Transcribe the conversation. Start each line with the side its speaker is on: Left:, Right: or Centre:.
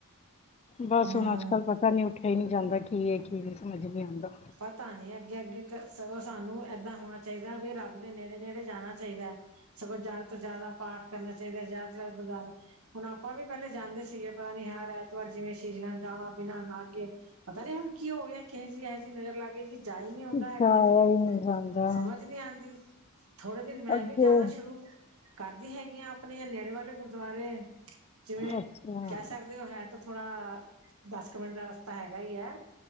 Left: ਬਸ
Right: ਹਮ
Left: ਹੁਣ ਅੱਜਕੱਲ ਪਤਾ ਨੀ ਉੱਠਿਆ ਹੀ ਨਹੀਂ ਜਾਂਦਾ ਕੀ ਹੈ ਕੀ ਨਹੀਂ ਸਮਝ ਨੀ ਆਂਦਾ।
Right: ਪਤਾ ਨੀ ਅੱਗੇ ਅੱਗੇ ਸਗੋਂ ਸਾਨੂੰ ਏਦਾਂ ਹੋਣਾ ਚਾਹੀਦਾ ਵੀ ਰੱਬ ਦੇ ਨੇੜੇ-ਨੇੜੇ ਜਾਣਾ ਚਾਹੀਦਾ। ਸਗੋਂ ਜ਼ਿਆਦਾ ਤੋਂ ਜ਼ਿਆਦਾ ਪਾਠ ਕਰਨਾ ਚਾਹੀਦਾ ਜ਼ਿਆਦਾ ਤੋਂ ਜ਼ਿਆਦਾ ਗੁਰਦੁਆਰੇ ਹੁਣ ਆਪਾਂ ਵੀ ਪਹਿਲੇ ਜਾਂਦੇ ਸੀਗੇ। ਪਤਾ ਨੀ ਹਰ ਐਤਵਾਰ ਜਿਵੇਂ ਸ਼ੀਸ ਗੰਜ ਜਾਣਾ ਬਿਨਾਂ ਨਾ ਕੇ, ਪਤਾ ਨੀ ਹੁਣ ਕੀ ਹੋ ਗਿਆ ਕਿਹੀਂ ਜੀ ਕਿ ਨਜ਼ਰ ਲੱਗ ਗਈ ਕਿ ਜਾ ਈ ਨੀ ਹੁੰਦਾ
Left: ਜਾਇਆ
Right: ਹੈਗਾ ਹੁਣ,
Left: ਹੀ ਨਹੀਂ ਜਾਂਦਾ
Right: ਸਮਝ ਨੀ ਆਂਦੀ। ਥੋੜੇ ਦਿਨ ਮੈਂ
Left: ਅੱਗੇ
Right: ਵੀ ਜਾਣਾ ਸ਼ੁਰੂ- ਕਰਦੀ ਹੈਗੀ ਆਂ ਆਪਣੀਆਂ ਨੇੜੇ ਵਾਲੇ ਗੁਰਦੁਆਰੇ, ਜਿਵੇਂ
Left: ਅੱਛਾ
Right: ਕਹਿ ਸਕ ਤੇ ਉਹ ਹੈ ਤੇ ਥੋੜਾ, ਦਸ ਕੁ ਮਿੰਟ ਦਾ ਰਸਤਾ ਹੈਗਾ ਈ ਐ।